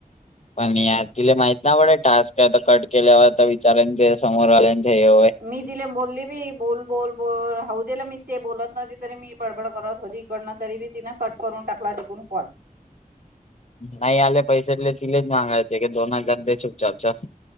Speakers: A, on the left; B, on the right.
A: पण या तिला माहित ना पड टास्क आता कट केल्यावर आता विचारेंन तिला समोर वाल्यांच हे होय.
B: मी तिले बोलली बी बोल बोल बोल हाऊदे मी ते बोलत नव्हती तरी मी बडबड करत होती. हिकडन तरी बी तिनं कट करून टाकला टिकून कॉल.
A: नाय आले पैसे ले तिलेच मागांयचे क दोन हजार दे चुपचाप चल